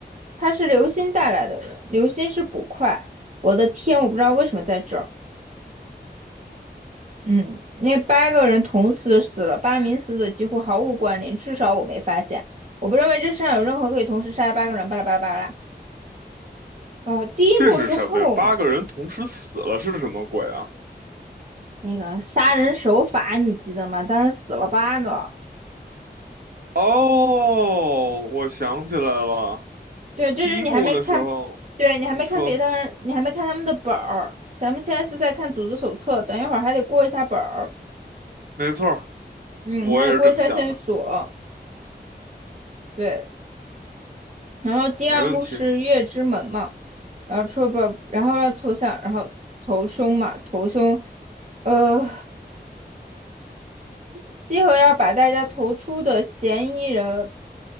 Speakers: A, on the right; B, on the right.
A: 他是刘星带来的人，刘星是捕快。我的天，我不知道为什么在这儿。嗯，那八个人同时死了，八名死者几乎毫无关联，至少我没发现。我不认为这世上有任何可以同时杀了八个人。巴拉巴拉巴拉。哦，第一幕是后门
B: 这是什么呀？八个人同时死了是什么鬼啊？
A: 那个杀人手法，你记得吗？当时死了八个。
B: 哦，我想起来了，
A: 对，这是你还没看，
B: 第一幕的时候，
A: 对你还没看别的人，
B: 你说。
A: 你还没看他们的本儿。咱们现在是在看组织手册，等一会儿还得过一下本儿，
B: 没错儿
A: 嗯，
B: 我也是这么想的，
A: 还得过一下线索。对，然后第二幕是月之门嘛，
B: 没问题。
A: 然后出不，然后要投降，然后投凶嘛，投凶，呃，西河要把大家投出的嫌疑人，